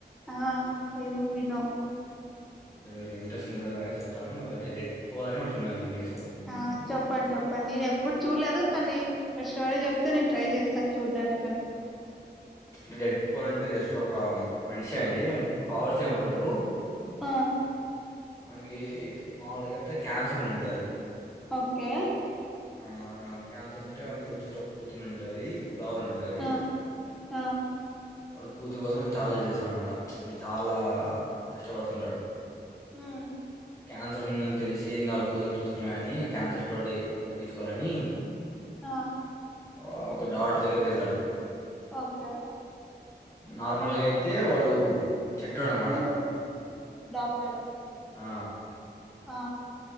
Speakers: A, in the centre; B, on the left (about 15°).
A: ఆ ఎం మోవినో
B: అంటే మీరు ఇంట్రెస్ట్ ఉందో లేదో అని చెప్తాను అంటే డెడ్ పోల్ అని ఒకటి ఉందండి ఇంగ్లీష్
A: ఆ చెప్పండి చెప్పండి నేను ఎప్పుడు చూడలేదు కానీ మ స్టాలే చెప్తే నేను ట్రై చేస్తాను చూడ్డానికని
B: అంటే డెడ్ పోల్ అంటే జస్ట్ ఒక మనిషి అండి అన పవర్స్ ఏం ఉండవ్
A: ఆ
B: మనగ మావళగాతే క్యాన్సర్ ఉంటుంది
A: ఓకే
B: ఆ క్యాన్సర్ ఉంటే వానకి వచ్చష్ట కూతుని ఉంటంది ఒక లవర్ ఉంటది
A: ఆ ఆ
B: వాడు కూతురు కోసం ఛాలెంజ్ చేశాడు అనమాట అంటే చాలా కష్ట ఇష్టపడుతుంటాడు
A: మ్మ్
B: క్యాన్సరుందని తెలిసి ఇంకా వాళ కూతుని చూస్కోలే అని క్యాన్సర్ తోటి తగ్గిచుకోలని
A: ఆ
B: ఆ ఒక డాటర్ దెగ్గరకెళ్తాడు
A: ఒకే
B: నార్మల్ అయితే వాడు చెడ్డోడు అనమాట
A: మ్మ్ డాక్టర్
B: ఆ
A: ఆ